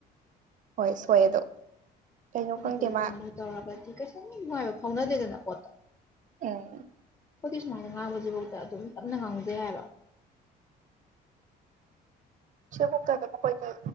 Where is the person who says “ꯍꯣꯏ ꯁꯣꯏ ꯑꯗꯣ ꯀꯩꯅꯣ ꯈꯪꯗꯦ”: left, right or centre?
Right